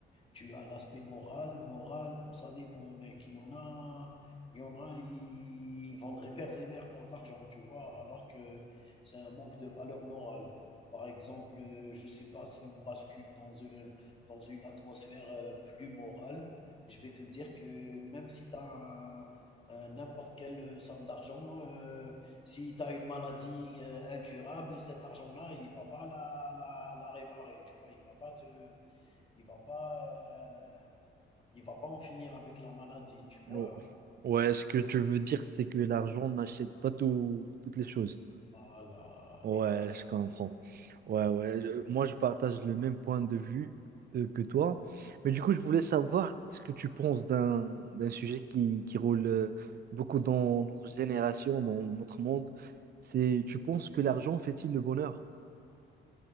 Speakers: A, on the left; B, on the right.
A: tu as l'aspect moral. Moral, ça dépend, mec. Il y en a, il y en a, ils vendraient pères et mères pour de l'argent, tu vois, alors que c'est un manque de valeur morale. Par exemple, euh, je ne sais pas si on bascule dans une, dans une atmosphère euh, plus morale, je vais te dire que même si tu as un, un n'importe quelle euh, somme d'argent, euh, si tu as une maladie euh, incurable, cet argent-là, il va pas la, la, la réparer, tu vois, il va pas te, il va pas, euh, il va pas en finir avec la maladie, tu vois.
B: Non. Ouais, ce que tu veux dire, c'est que l'argent n'achète pas tout- toutes les choses.
A: Voilà,
B: Ouais,
A: exact.
B: je comprends. Ouais, ouais. je- moi, je partage le même point de vue euh, que toi. Mais du coup, je voulais savoir ce que tu penses d'un d'un sujet qui, qui roule euh, beaucoup dans notre génération, dans notre monde. C'est, tu penses que l'argent fait-il le bonheur?